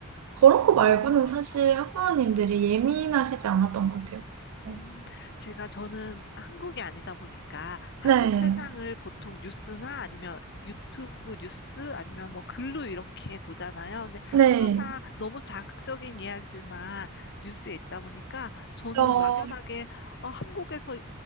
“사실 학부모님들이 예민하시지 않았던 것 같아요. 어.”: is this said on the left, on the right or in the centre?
Right